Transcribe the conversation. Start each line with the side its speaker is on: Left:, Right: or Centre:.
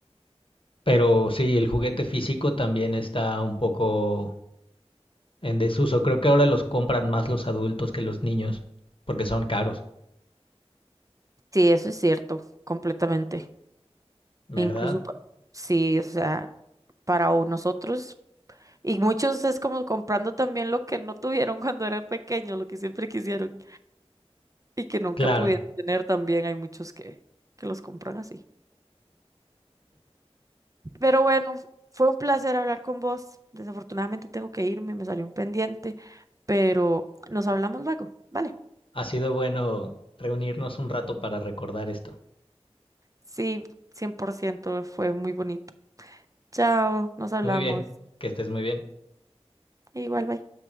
Left: pero sí, el juguete físico también está un poco en desuso. Creo que ahora los compran más los adultos que los niños, porque son caros,
Right: Sí, eso es cierto, completamente.
Left: ¿verdad?
Right: Incluso, pa- sí, o sea, para u- nosotros. Y muchos es como comprando también lo que no tuvieron <laughs> cuando eran pequeños, lo que siempre quisieron. y que nunca
Left: Claro,
Right: pudieron tener también. Hay muchos que, que los compran así. Pero bueno, fue un placer hablar con vos. Desafortunadamente tengo que irme, me salió un pendiente, pero nos hablamos luego, ¿vale?
Left: ha sido bueno reunirnos un rato para recordar esto.
Right: Sí, 100% fue muy bonito. Chao, nos hablamos.
Left: Muy bien, que estés muy bien.
Right: Igual, bye.